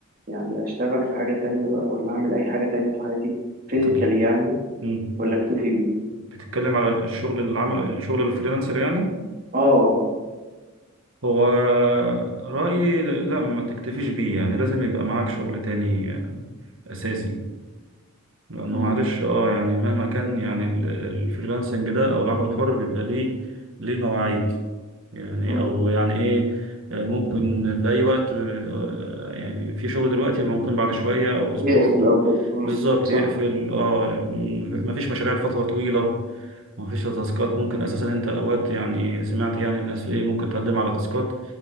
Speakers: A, on the right; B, on the right.
A: يعني أشتغل في حاجة تانية بقى ولا أعمل أي حاجة تانية في حياتي فيزيكالي
B: انت بت-
A: يعني
B: مم.
A: ولا أكتفي بيه
B: بتتكلم على الشغل العمل الشغل الفريلانسر يعني
A: آه
B: هو رأيي لا ما تكتفيش بيه يعني لازم يبقى معاك شغل تاني آه، أساسي لأنه
A: أمم،
B: معلش اه يعني مهما كان يعني ال- الفريلانسنج ده أو العمل الحر بيبقى ليه ليه مواعيد يعني
A: أمم.
B: أو يعني إيه آه، ممكن في أي وقت آه، يعني في شغل دلوقتي ممكن بعد شوية أو أسبوع
A: يقفل أو كده أمم،
B: بالظبط
A: صح
B: يقفل اه م- مفيش مشاريع لفترة طويلة مفيش تاسكات ممكن أساسا أنت أوقات يعني سمعت يعني الناس إيه ممكن تقدم على تاسكات